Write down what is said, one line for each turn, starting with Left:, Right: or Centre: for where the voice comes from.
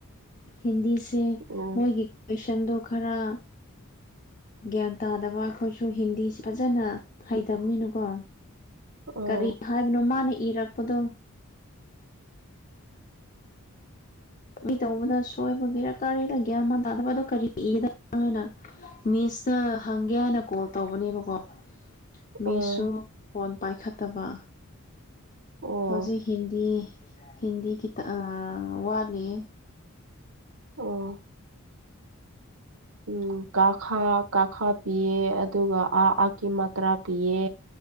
Left: ꯍꯤꯟꯗꯤꯁꯦ
Right: ꯎꯝ
Left: ꯃꯣꯏꯒꯤ ꯀꯣꯏꯁꯟꯗꯣ ꯈꯔ ꯒ꯭ꯌꯥꯟ ꯇꯥꯗꯕ ꯑꯩꯈꯣꯏꯁꯨ ꯍꯤꯟꯗꯤ ꯐꯖꯅ ꯍꯩꯇꯕꯅꯤꯅꯀꯣ
Right: ꯑꯥ
Left: ꯀꯔꯤ ꯍꯥꯏꯕꯅꯣ ꯃꯥꯅ ꯏꯔꯛꯄꯗꯣ ꯃꯤ ꯇꯧꯕꯗ ꯁꯣꯏꯕꯒꯤꯔ ꯀꯔꯤꯔ ꯒ꯭ꯌꯥꯟ ꯃꯥꯟ ꯇꯥꯗꯕꯗꯣ ꯀꯔꯤ ꯏꯒꯗꯅꯣ ꯍꯥꯢꯅ ꯃꯤꯁ ꯇ ꯍꯪꯒꯦ ꯍꯥꯏꯅ ꯀꯣꯜ ꯇꯧꯕꯅꯦꯕꯀꯣ ꯃꯤꯁꯁꯨ
Right: ꯑꯥ
Left: ꯐꯣꯟ ꯄꯥꯏꯈꯠꯇꯕ
Right: ꯑꯣ
Left: ꯍꯧꯖꯤꯛ ꯍꯤꯟꯗꯤ ꯍꯤꯟꯗꯤ ꯈꯤꯇ ꯋꯥꯠꯂꯤ
Right: ꯑꯣ ꯎ ꯀꯥꯈꯥ ꯀꯥꯈꯥ ꯄꯤꯌꯦ ꯑꯗꯨꯒ ꯑꯥ ꯑꯥꯀꯤ ꯃꯇ꯭ꯔꯥ ꯄꯤꯌꯦ